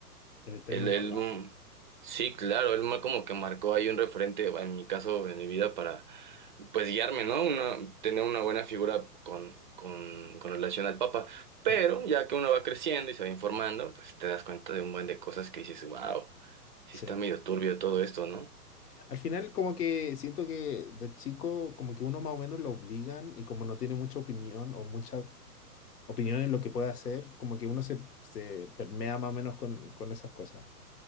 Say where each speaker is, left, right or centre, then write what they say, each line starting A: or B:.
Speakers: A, on the left; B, on the right.
A: el eterno
B: Él, él,
A: <laughs> papá.
B: mm, sí, claro, él ma- como que marcó ahí un referente, en mi caso, en mi vida, para pues guiarme, ¿no? Una, tener una buena figura con, con, con relación al Papa. Pero
A: no,
B: ya que uno va creciendo y se va informando, pues te das cuenta de un buen de cosas que dices, wow, sí
A: Sí.
B: está medio turbio todo esto, ¿no?
A: Al final como que siento que de chico como que uno más o menos lo obligan y como no tiene mucha opinión o mucha opinión en lo que puede hacer, como que uno se, se permea más o menos con, con esas cosas.